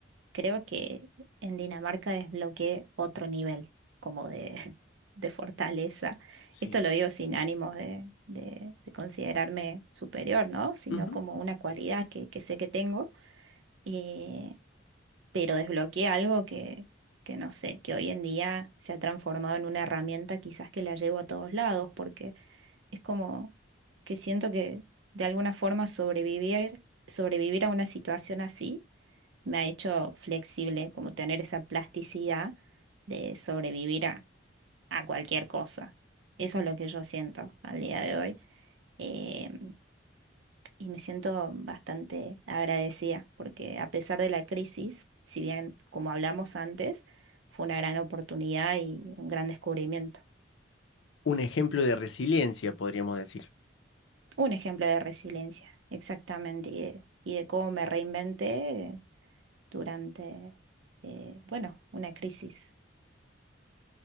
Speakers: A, on the right (about 75°); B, on the left (about 75°).
A: creo que en Dinamarca desbloqueé otro nivel como de, <laughs> de fortaleza.
B: Sí.
A: Esto lo digo sin ánimos de, de- de considerarme superior, ¿no? Sino
B: Ujú.
A: como una cualidad que, que sé que tengo. Eh, pero desbloqueé algo que, que no sé, que hoy en día se ha transformado en una herramienta quizás que la llevo a todos lados, porque es como que siento que de alguna forma sobrevivir, sobrevivir a una situación así me ha hecho flexible, como tener esa plasticidad de sobrevivir a, a cualquier cosa. Eso es lo que yo siento al día de hoy. Em, y me siento bastante agradecida porque a pesar de la crisis, si bien como hablamos antes, fue una gran oportunidad y un gran descubrimiento.
B: Un ejemplo de resiliencia, podríamos decir.
A: Un ejemplo de resiliencia, exactamente, y de, y de cómo me reinventé durante, eh, bueno, una crisis,